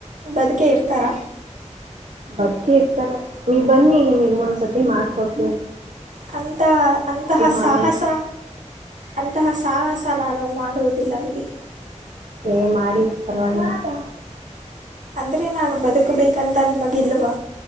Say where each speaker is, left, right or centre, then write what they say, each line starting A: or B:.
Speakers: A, on the right; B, on the right.
A: ಬದುಕೆ ಇರ್ತಾರ.
B: ಬದ್ಕೆ ಇರ್ತಾರೆ ನೀವ್ ಬನ್ನಿ ನಿಮಿಗ್ ಒಂದ್ಸತಿ ಮಾಡ್ಕೊಡ್
A: ಅಂತ ಅಂತಹ ಸಾಹಸ
B: ಮಾಡೋಣ
A: ಅಂತಹ ಸಾಹಸ ನಾನು ಮಾಡುವುದಿಲ್ಲ ಬಿಡಿ.
B: ಏಯ್ ಮಾಡಿ ಪರ್ವಾಗಿಲ್
A: ಅಂದ್ರೆ ನಾನು ಬದುಕಬೇಕಂತ ನಿಮಗಿಲ್ವ?